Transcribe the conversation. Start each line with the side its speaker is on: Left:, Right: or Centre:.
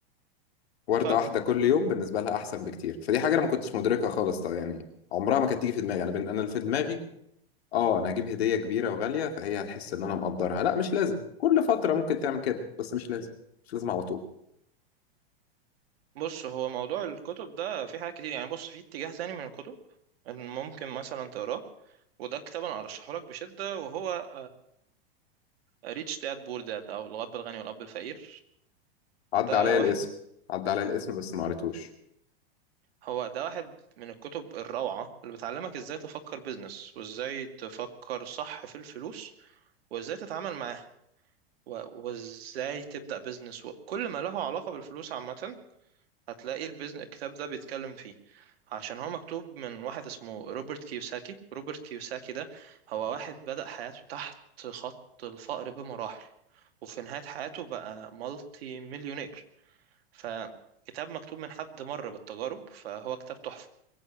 Left: ورده
Right: فاهم
Left: واحده كل يوم بالنسبه لها احسن بكتير فدي حاجه انا ما كنتش مدركها خالص طبعا يعني عمرها ما كانت تيجي في دماغي انا بن... انا اللي في دماغي اه انا هجيب هديه كبيره وغاليه فهي هتحس ان انا مقدرها لا مش لازم كل فتره ممكن تعمل كده بس مش لازم مش لازم على طول
Right: بص هو موضوع الكتب ده في حاجات كتير يعني بص في اتجاه تاني من الكتب ان ممكن مثلا تقراه وده كتاب انا ارشحه لك بشده وهو ريتش داد بور داد او الاب الغني والاب الفقير
Left: عدى
Right: ده
Left: عليا
Right: واحد
Left: الاسم عدى عليا الاسم بس ما قريتوش
Right: هو ده واحد من الكتب الروعه اللي بتعلمك ازاي تفكر بيزنس وازاي تفكر صح في الفلوس وازاي تتعامل معاها و- وازاي تبدا بيزنس وكل ما له علاقه بالفلوس عامه هتلاقي البيزنس الكتاب ده بيتكلم فيه عشان هو مكتوب من واحد اسمه روبرت كيوساكي روبرت كيوساكي ده هو واحد بدأ حياته تحت خط الفقر بمراحل وفي نهاية حياته بقى مالتي مليونير فكتاب مكتوب من حد مر بالتجارب فهو كتاب تحفة